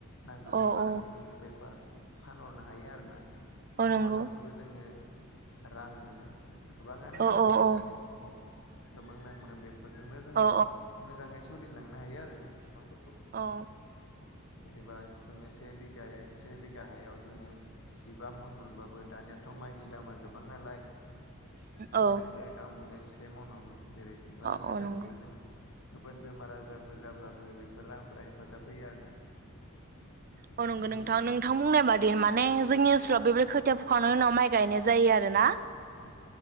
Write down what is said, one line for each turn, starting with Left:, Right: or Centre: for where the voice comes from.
Left: नांगौनि
Right: औ
Left: बाराखौ
Right: औ
Left: जोङो बेफार फानहरनो हायो आरो ना। फानहरनानैबो
Right: औ नंगौ
Left: जोङो रां। मोनो गोबाङानो
Right: औ
Left: रां मोनो
Right: औ
Left: दानियाथ' औ। गोबां रां मोनो बेफोरजोंनो जोङो
Right: औ
Left: मोजाङै सोलिलांनो हायो आरो ना न'खरफोरखौ।
Right: औ
Left: जेनबा। जोङो से बिघायै से बिघा हायाव जोङो जिबा मन मोनो। ओमबाबो दानियाथ' माइनि दामा। गोबां नालाय सेेरोजा
Right: औ
Left: गाम मोनो से मनाव नो। जेरै जिबा
Right: औ
Left: रोजा गामावबो
Right: नंगौ
Left: जोंनियाव। गोबोद बेमार आजारफोर जाब्लाबो बेफोर रांफोरा हेफाजाब होयो आरोना।
Right: औ नंगौ
Left: बेनि
Right: नोंथां नोंथां बुंनाय बादि माने जोंनि ओनसोलाव बे रो खोथिया फुखांनायनि उनाव माइ गायनाय जायो आरो ना।
Left: औ